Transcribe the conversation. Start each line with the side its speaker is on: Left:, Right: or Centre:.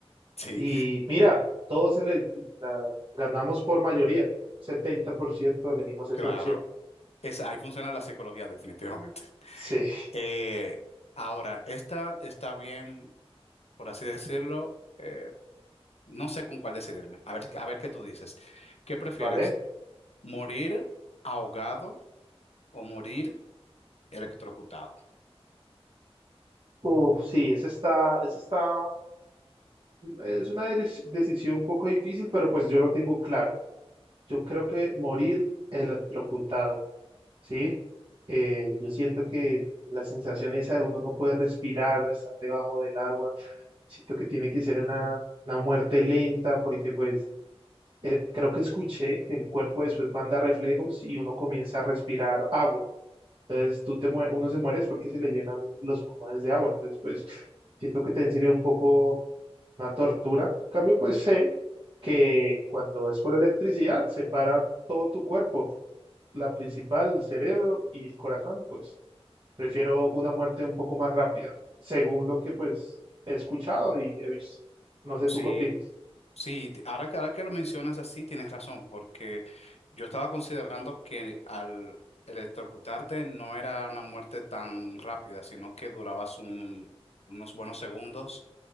Left: Sí,
Right: Y mira, todos se le, la- ganamos por mayoría. setenta por ciento elegimos esa
Left: claro.
Right: opción.
Left: Es, ahí funciona la psicología, definitivamente.
Right: Sí,
Left: Eh, Ahora, esta está bien, por así decirlo, eh, no sé con cuál decidirme. A ver, a ver qué tú dices. ¿Qué prefieres?
Right: ¿vale?
Left: ¿Morir ahogado o morir electrocutado?
Right: Uf, sí, esa está, esa está, es una deli- decisión un poco difícil, pero pues yo lo tengo claro. Yo creo que morir electrocutado, ¿sí? Eh, yo siento que la sensación esa de uno no puede respirar, estar debajo del agua, siento que tiene que ser una, una muerte lenta, porque pues eh, creo que escuché que el cuerpo después manda reflejos y uno comienza a respirar agua. Entonces tú te mue- uno se muere es porque se le llenan los pulmones de agua. Entonces, pues siento que también sería un poco una tortura. En cambio, pues sé que cuando es por electricidad se para todo tu cuerpo, la principal, el cerebro y el corazón. Pues prefiero una muerte un poco más rápida, según lo que pues he escuchado y he visto. No sé,
Left: Sí,
Right: ¿tú qué opinas?
Left: sí, t- ahora, que- ahora que lo mencionas así, tienes razón, porque yo estaba considerando que al electrocutarte no era una muerte tan rápida, sino que durabas un- unos buenos segundos